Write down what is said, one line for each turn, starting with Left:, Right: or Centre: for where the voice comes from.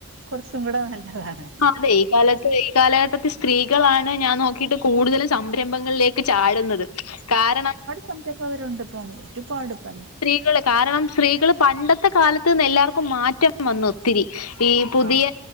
Right: കുറച്ചും കൂടെ നല്ലതാണ്
Left: ആഹ് അതെ ഈ കാലത്ത് ഈ കാലഘട്ടത്തെ സ്ത്രീകളാണ് ഞാൻ നോക്കിട്ട് കൂടുതലും സംരംഭങ്ങളിലേക്ക് ലേക്ക് ചാടുന്നത് കാരണം
Right: സംഭരമ്പകരുണ്ട് ഇപ്പോ ഒരു പാട്പ്പ
Left: സ് കാരണം സ്ത്രീകള് പണ്ടത്തെ കാലത്ത് നിന്ന് എല്ലാവർക്കും മാറ്റം വന്നാെത്തിരി ഈ പുതിയ
Right: ആ